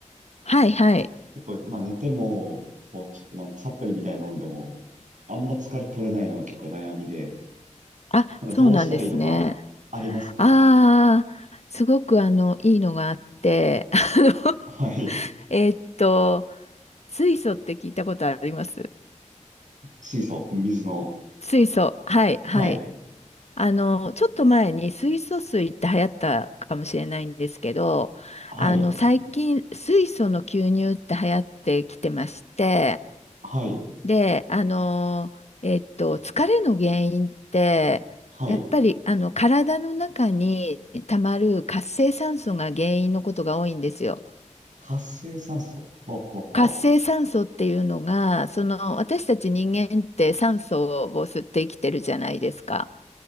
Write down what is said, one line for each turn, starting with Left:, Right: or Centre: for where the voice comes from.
Left: はいはい。
Right: 結構、まあ寝ても、こう、ちょっとなんかサプリみたいに飲んでも、あんま疲れ取れないのが結構悩みで、
Left: あ、
Right: なんかどうしたらいいとか、
Left: そうなんですね。
Right: ありますか
Left: ああ、すごく、あの、いいのがあって、あの、<laughs>
Right: はい。
Left: えーっと、水素って聞いたことあります
Right: 水素、水の。
Left: 水素。はいはい。
Right: はい。
Left: あの、ちょっと前に水素水って流行ったかもしれないんですけど、
Right: はい。
Left: あの、最近水素の吸入って流行ってきてまして、
Right: はい。
Left: で、あの、えっと、疲れの原因って、
Right: はい。
Left: やっぱりあの体の中にたまる活性酸素が原因のことが多いんですよ。
Right: 活性酸素。ほうほうほ
Left: 活性酸素っていうのが、その私たち人間って酸素を吸って生きてるじゃないですか。